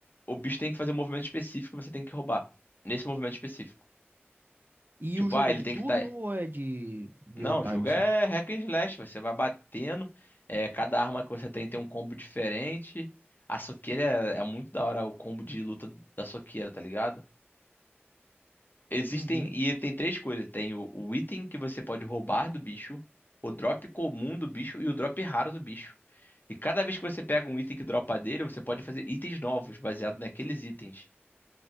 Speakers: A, on the left; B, on the right.
A: o bicho tem que fazer um movimento específico e você tem que roubar. Nesse movimento específico.
B: E
A: Tipo,
B: o jogo
A: ah,
B: é
A: ele
B: de
A: tem
B: turno
A: que estar.
B: ou é de real
A: Não,
B: time,
A: o jogo
B: assim?
A: é hack and slash, você vai batendo. é, cada arma que você tem tem um combo diferente. A soqueira é, é muito da hora o combo de luta da soqueira, tá ligado? Existem,
B: Entendi.
A: e tem três coisas: tem o, o item que você pode roubar do bicho, o drop comum do bicho e o drop raro do bicho. E cada vez que você pega um item que dropa dele, você pode fazer itens novos, baseado naqueles itens.